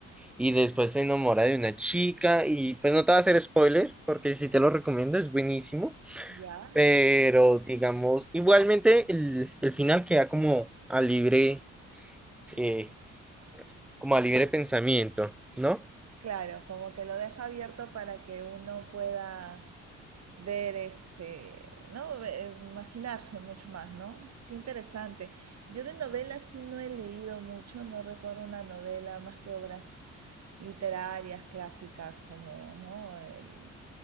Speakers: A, in the centre; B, on the right.
A: Y después se enamora de una chica y pues no te va a hacer spoiler porque si te lo recomiendo es buenísimo.
B: ya,
A: Pero digamos, igualmente el, el final queda como a libre, eh, como
B: alguien-
A: a libre pensamiento, ¿no?
B: claro, como que lo deja abierto para que uno pueda ver este, ¿no? Eh, Imaginarse mucho más, ¿no? Qué interesante. Yo de novelas sí no he leído mucho, no recuerdo una novela más que obras literarias clásicas como, ¿no? El,